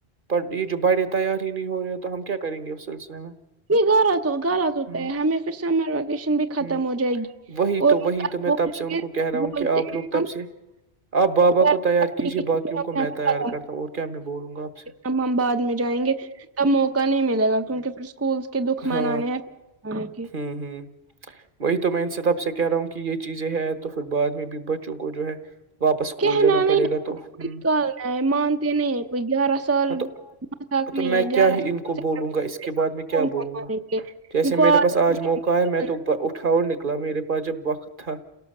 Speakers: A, on the right (about 55°); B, on the right (about 15°).
A: پر یہ جو بڑے تیار ہی نہیں ہو رہے تو ہم کیا کریں گے اس سلسلے میں
B: نہیں غلت غلط ہوتا
A: ہ
B: ہے ہمیں پھر سمر ویکیشن بھی ختم
A: ہ
B: ہو جائے گی
A: وہی
B: اور
A: تو وہی میں
B: بولیں
A: تب سے ان
B: گے
A: کو کہہ رہا ہوں
B: بولتے
A: کہ آپ
B: ہیں
A: لوگ تب
B: ہم
A: سے آپ بابا
B: ختم
A: کو تی یار کیجیے
B: ہو
A: بایوں کو میں تیار کرتا ہوں اور کیا میں بولوں گا آپ سے
B: اب ہم بعد میں جائیں گے تب موقع نہیں ملے گا کیونکہ پھر اسکول کے دکھ
A: ہاں
B: منانے ہیں کی
A: ہوں ہوں وہی تو میں ان سطب سے کہہ رہا ہوں کہ یہ چیزیں ہے تو پھر بعد میں بھی بچوں کو جو ہے واپس اسکول
B: کہنا
A: جانا
B: نہیں
A: پڑے گا
B: ہے
A: تو
B: کو
A: ہ
B: نکالنا ہے مانتے نہیں ہیں کوئی گیارہ سال
A: ہاں تو
B: مذاق
A: تو
B: نہیں
A: میں
B: ہے گیارہ
A: کیا ہی
B: سال
A: ان کو
B: سے
A: بولوں گا اس کے بعد میں کیا
B: کون
A: بولوں
B: سا مانیں
A: گا
B: گے
A: جیسے
B: ان
A: میرے
B: کو عادت
A: پاس آج
B: نہیں
A: موقع
B: نکالنا
A: ہے میں تو
B: ان
A: اٹھاؤ
B: کو
A: نک نکلا میرے پاس جب وقت تھا